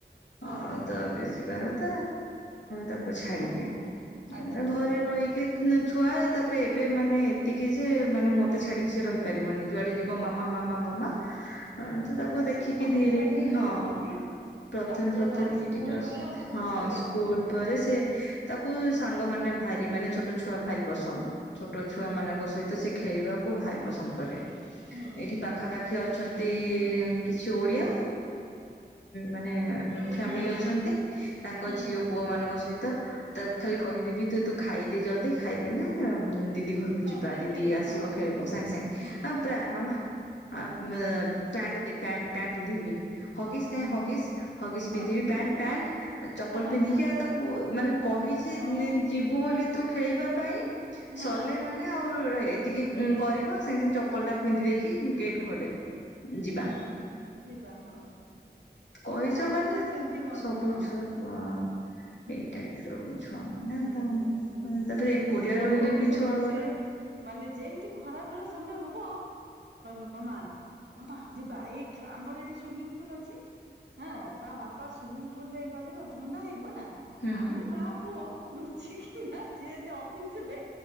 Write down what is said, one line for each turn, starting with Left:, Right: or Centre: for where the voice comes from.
Left: ହଁ
Right: ଓହୋ
Left: ତ ଏବେ ଯିବାର
Right: ହଁ
Left: ତ ତାକୁ ଛାଡିବି
Right: ହଁ ହଁ ଆଚ୍ଛା ଆଚ୍ଛା
Left: ଘରେ
Right: ହଁ
Left: ରହିକି ଛୁଆ ତାପରେ ଏବେ ମାନେ ଏତିକି ଯେ ମାନେ ମତେ ଛାଡିକି ସେ ରହିପାରିବନି ଯୁଆଡେ ଯିବ ମାମା ମାମା ମାମା ହଁ ତ ତାକୁ
Right: ଆ
Left: ଦେଖିକି
Right: ସେ ସବୁ
Left: ଧୀରେ
Right: ଛୁଆ ସେମିତି
Left: କି ହଁ
Right: ହୁଅନ୍ତି
Left: ପ୍ରଥମେ
Right: ତାପରେ
Left: ପ୍ରଥମେ
Right: ୱାନ୍ସ
Left: କି
Right: ସ୍କୁଲ
Left: ଟିକେ ଅସ
Right: ଗଲେ ଆଉ ସ୍କୁଲ
Left: ହଁ
Right: ଛାଡିକି
Left: ସ୍କୁଲ
Right: ଆସିବେନି
Left: ପରେ ସେ ତାକୁ ସାଙ୍ଗମାନେ ଭାରି ମାନେ ଛୋଟ ଛୁଆ ଭାରି ପସନ୍ଦ। ଛୋଟ ଛୁଆ
Right: ହୁଁ
Left: ମାନଙ୍କ ସହିତ ସେ ଖେ ଖେଳିବାକୁ ଭାରି ପସନ୍ଦ କରେ।
Right: ହୁଁ
Left: ଏଇଠି ପାଖାପାଖି ଅଛନ୍ତି ତୀ କିଛି ଓଡିଆ ମାନେ ଫ୍ୟାମିଲି
Right: ହୁଁ
Left: ଅଛନ୍ତି ତାଙ୍କ
Right: ହୁଁ
Left: ଝିଅ ପୁଅ ମାନଙ୍କ ସହିତ ତ ତାକୁ ଖାଲି କହିଦେବି ତୁ ଖାଇଦେ ଜଲଦି ଖାଇଦେନା ଦିଦି ଘରକୁ
Right: ସାଙ୍ଗେ
Left: ଯିବା
Right: ସାଙ୍ଗେ
Left: ଦିଦି
Right: ଖେଳିବୁ
Left: ଆସିବ
Right: ହଁ
Left: ଖେଳିବ ସାଙ୍ଗେ ସାଙ୍ଗେ
Right: ହୁଁ
Left: ଆ ପୁରା ମାମା ଆ ପେଣ୍ଟ ଦେ ପେଣ୍ଟ ପ୍ୟାଣ୍ଟ ପିନ୍ଧିବି ହଗିସ ହଗିସ ହଗିସ
Right: ହଗିଚ
Left: ପିନ୍ଧିବି ପ୍ୟାଣ୍ଟ ପ୍ୟାଣ୍ଟ ଚପଲ
Right: ହଁ
Left: ପିନ୍ଧିକି ଆଉ ମାନେ କହି ଯିବୁ
Right: ହଁ
Left: ବୋଲି ତୁ ଖେଳଵା ପାଇଁ
Right: ହଁ
Left: ସଲେ ମାନେ ଆଉ ରହେ ଏତିକି କରିବ ସାଙ୍ଗେ ସାଙ୍ଗେ ଚପଲ ଟା ପିନ୍ଧି ଦେଇକି ଗେଟ୍ ଖୋଲେ। ଯିବା
Right: ହୁଁ ଯିବା ହଁ।
Left: କହିଛ
Right: ଏ ସବୁ
Left: ମାନେ
Right: ଛୁଆ ସେମିତି ହୁଅନ୍ତି
Left: ସବୁ
Right: ହଁ
Left: ଛୁଆ
Right: ହଁ। ହୁଁ
Left: ଏଇ ଟାଇପ ର ଛୁଆ ମାନେ
Right: ହୁଁ
Left: ଆଉ କଣ
Right: ହୁଁ
Left: ତାପରେ ଏକୁଟିଆ
Right: ମୋ
Left: ରହିଲେ
Right: ପୁଅ
Left: ବି
Right: ସେମିତି
Left: ଛୁଆଗୁଡା
Right: ସେ ମାନେ ଯେମିତି ଖରା ସମୟ ହବ କହିବ ମାମା ମାମା ଯିବା ଏଇଥ ଆମର ଏଠି ସ୍ୱିମିଂ ପୁଲ୍ ଅଛି। ହଁ ତା ବାପା ସ୍ୱିମିଂ ପୁଲ ରେ ଗଲେ କଣ ଥଣ୍ଡା ହେଇଯିବ। ଯିବା ଆମେ
Left: ହୁଁ
Right: ମା ପୁଅ ଲୁଚିକି କିନା ଯିଏ ଯେ ଅଫିସ ଯିବେ